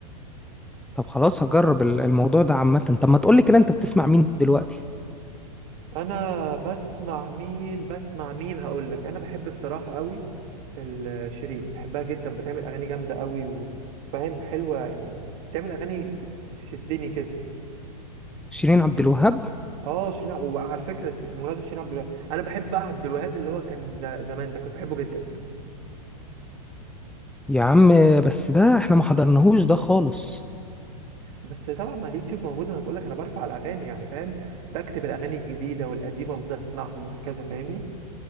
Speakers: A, in the centre; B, on the right.
A: طب خلاص هجرب ال- الموضوع ده عامة طب ما تقولي كده انت بتسمع مين دلوقتي
B: انا بسمع مين بسمع مين هقول لك انا بحب بصراحه قوي ال- شيرين بحبها جدا بتعمل اغاني جامده قوي وفاهم حلوه يعني بتعمل اغاني بتشدني كده
A: شيرين عبد الوهاب
B: اه شيرين عب- وعلى فكره بمناسبه شيرين عبد الوهاب انا بحب بقى عبد الوهاب اللي هو كان ز- زمان ده كنت بحبه جدا
A: يا عم بس ده احنا ما حضرناهوش ده خالص
B: بس طبعا ما اليوتيوب موجود انا بقول لك انا برفع الاغاني يعني فاهم بكتب الاغاني الجديده والقديمه وبفضل اسمعهم وهكذا فاهمني